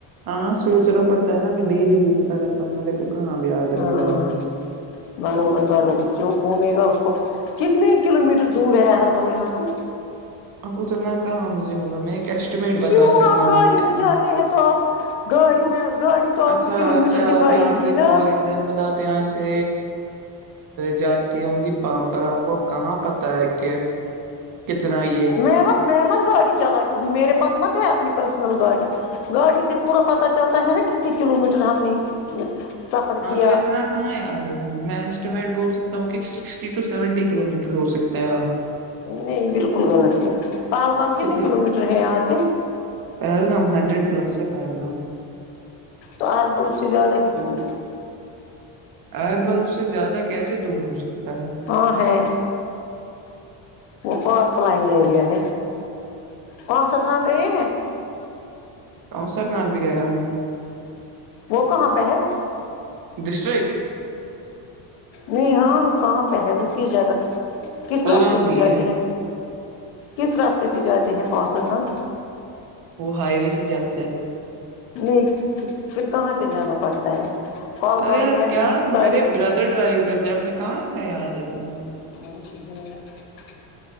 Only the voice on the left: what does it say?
ہاں
بروبر بروبر جو گھومے گا اس کو کتنے کلو میٹر دور ہے ہربل یہاں سے
کیوں
آپ
گاڑی
میں جاتے ہیں تو آپ گاڑی میں گاڑی تو آپ
کو کلو
میٹر دکھائے
گی
نا
مے مت مے مت گاڑی چلاتی ہوں میرے پاس مت ہے اپنی پرسنل گاڑی گاڑی سے پورا پتا چلتا ہے نا کتنے کلو میٹر ہم نے سفر
کیا
نہیں بالکل غلط ہے پہلگام کنے
کلو میٹر ہے یہا سے
تو اربل اس سے زیادہ ہی دور
ہاں ہے وہ فار پلان ایریا ہے کونسرناگ گئے ہیں
وہ کہاں پے ہے
میں یہاں ہو کہاں پے ہے وہ کس جگہ کس
راستے سے
جاتے
ہیں کس راستے سے جاتے ہیں کوسر ناگ
نہیں پھر کہاں سے جانا پڑتا ہے کولگام
میں
بہت ساری
<unintelligible>